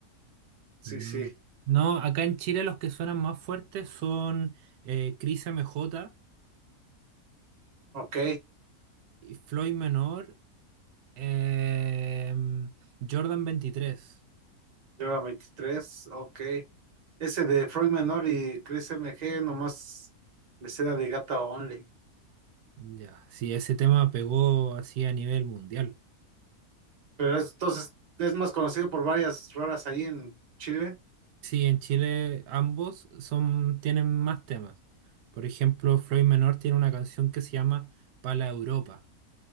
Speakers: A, on the right (about 30°); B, on the right (about 85°).
A: Sí,
B: Mm.
A: sí,
B: No, acá en Chile los que suenan más fuertes son eh, Cris MJ,
A: ok.
B: y Floyd Menor Em, Jordan veintitrés,
A: Lleva 23, ok. Ese de Freud Menor y Chris M G, nomás me seda de Gata Only.
B: Ya, sí, ese tema pegó así a nivel mundial.
A: Pero es- entonces es más conocido por varias rolas ahí en Chile.
B: Sí, en Chile ambos son, tienen más temas. Por ejemplo, Floyd Menor tiene una canción que se llama Pala Europa.